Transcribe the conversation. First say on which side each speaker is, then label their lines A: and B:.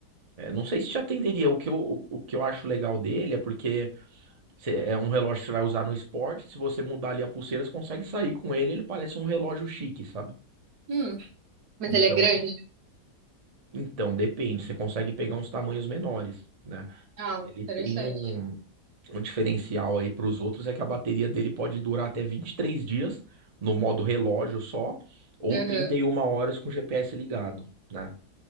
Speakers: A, on the right (about 40°); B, on the right (about 65°).
A: é, não sei se te atenderia. O que eu, o, o que eu acho legal dele é porque cê- é um relógio que você vai usar no esporte. Se você mudar ali a pulseira, você consegue sair com ele. Ele parece um relógio chique, sabe?
B: Hum, mas
A: Então,
B: ele é grande?
A: então depende. Você consegue pegar uns tamanhos menores, né?
B: Ah,
A: E Ele tem
B: interessante.
A: um, um diferencial aí para os outros é que a bateria dele pode durar até 23 dias no modo relógio só, ou
B: Uhum.
A: trinta e uma horas com o GPS ligado. né?